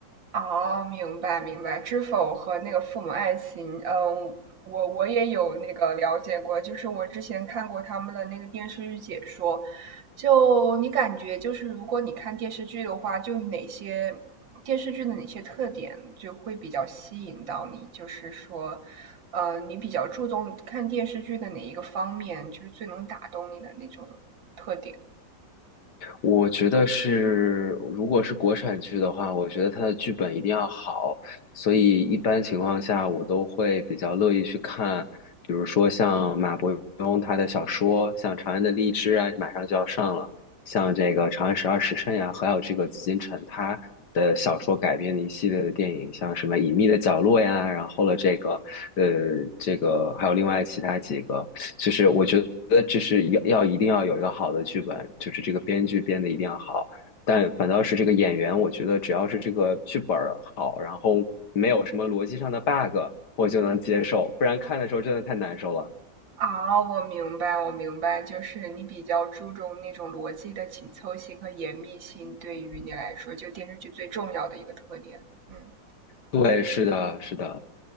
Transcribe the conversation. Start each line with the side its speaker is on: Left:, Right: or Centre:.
Right: 哦，明白明白，知否和那个父母爱情，嗯，我我也有那个了解过，就是我之前看过他们的那个电视剧解说，就你感觉就是如果你看电视剧的话，就哪些电视剧的哪些特点就会比较吸引到你，就是说，呃，你比较注重看电视剧的哪一个方面，就是最能打动你的那种特点。
Left: 我觉得是，如果是国产剧的话，我觉得它的剧本一定要好，所以一般情况下我都会比较乐意去看，比如说像马伯庸他的小说，像《长安的荔枝》啊，马上就要上了，像这个《长安十二时辰》呀，还有这个紫禁城他的小说改编的一系列的电影，像什么《隐秘的角落》呀，然后了这个，呃，这个还有另外其他几个。就是我觉得这是要要一定要有一个好的剧本，就是这个编剧编的一定要好，但反倒是这个演员，我觉得只要是这个剧本儿好，然后没有什么逻辑上的 bug，我就能接受，不然看的时候真的太难受了。
Right: 啊，我明白，我明白，就是你比较注重那种逻辑的紧凑性和严密性，对于你来说，就电视剧最重要的一个特点。嗯，
Left: 对，是的，是的。